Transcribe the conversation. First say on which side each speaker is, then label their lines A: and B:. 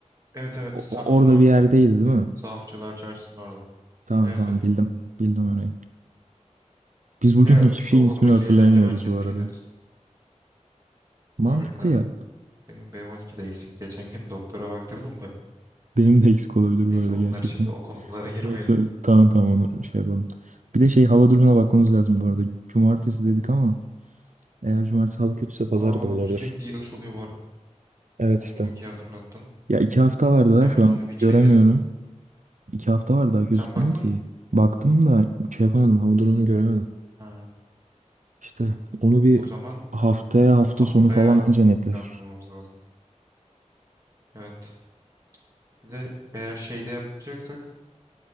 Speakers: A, on the right; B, on the right.
A: Evet evet.
B: O-
A: Sahafın
B: o- orada
A: orada.
B: bir yerdeydi değil mi?
A: Sahafçılar Çarşısı'nın orada.
B: Tamam
A: Evet
B: tamam
A: evet.
B: bildim. Bildim orayı. Biz bugün
A: Ya
B: <laughs> hiçbir
A: işte
B: şeyin
A: oradaki
B: ismini hatırlayamıyoruz
A: eğlence merkezine
B: bu arada.
A: gideriz.
B: Mantıklı
A: Harbiden
B: ya.
A: benim B12'de eksik. Geçen gün doktora baktırdım da.
B: Benim de eksik olabilir
A: Neyse
B: bu arada
A: onları
B: gerçekten.
A: şimdi o konulara <laughs> girmeyelim.
B: Evet, evet. Tamam tamam onu şey yapalım. Bir de şey hava durumuna bakmamız lazım bu arada. Cumartesi dedik ama eğer cumartesi hava kötüyse pazar
A: Aa
B: da olabilir.
A: sürekli yağış oluyor bu ara.
B: Evet
A: Onu
B: işte.
A: çok iyi hatırlattın.
B: Ya iki hafta var daha
A: Hemen
B: şu an
A: onu bir check
B: göremiyorum.
A: edelim.
B: İki hafta var daha gözükmüyor
A: Sen baktın
B: ki.
A: mı?
B: Baktım da şey yapamadım hava durumunu göremedim.
A: Ha.
B: İşte onu bir
A: O zaman
B: haftaya hafta
A: haftaya
B: sonu falan anca netleşir.
A: planlamamız lazım. Evet. Bir de eğer şeyde yapacaksak